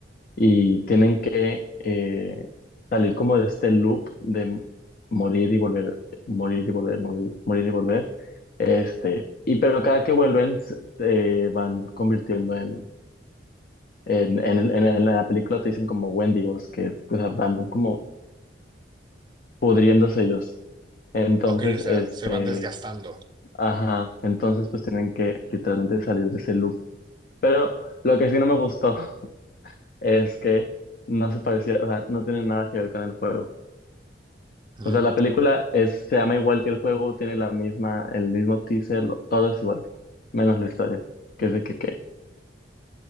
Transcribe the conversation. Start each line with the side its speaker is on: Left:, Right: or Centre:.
Left: y tienen que eh, salir como de este loop de morir y volver, morir y volver, morir, morir y volver. Este, y pero cada que vuelven se eh, van convirtiendo en, en, en, el- en la película te dicen como Wendigos, que es, o sea, van como pudriéndose ellos. Entonces,
Right: Ok, o sea,
Left: este,
Right: se van desgastando.
Left: ajá, entonces pues tienen que literalmente salir de ese loop. Pero lo que sí no me gustó. es que no se parecía, o sea, no tiene nada que ver con el juego.
Right: Mm.
Left: O sea, la película es, se llama igual que el juego, tiene la misma, el mismo teaser, lo- todo es igual, menos la historia, que es de que, que,